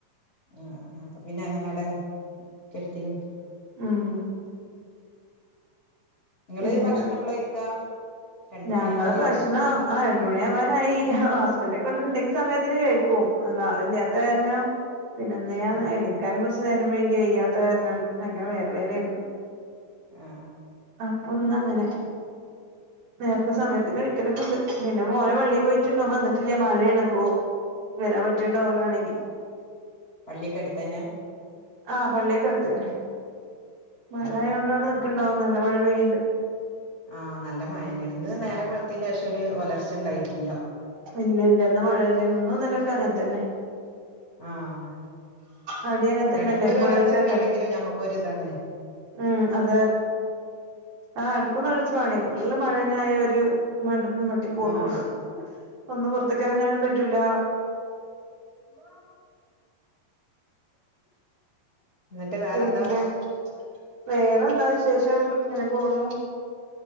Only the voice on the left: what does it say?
ആഹ് അപ്പൊ പിന്നെ അങ്ങനെ അവിടെ കെടത്തീക്ക്ണ്.
ഇങ്ങള്
ഭക്ഷണെപ്പളാ കഴിക്കാ? രണ്ട്
മണി ആവാനായില്ലേ
ആ
ആ
പള്ള്യൊക്കെ അട്ത്തന്നെ?
ആ
ആഹ് നല്ല മഴന്നേണ്. ഇന്ന് നേരം വെൾത്തേന്റേഷം ഒരു ഒലർച്ചണ്ടായിട്ടില്ല.
ആഹ്
എടക്കൊരു ഒലർച്ചട്ടാണെങ്കിലും
ഞമ്മക്കൊര്താണ്.
ആ
ഉമ്മാ? എന്നിട്ട് വേറെന്താ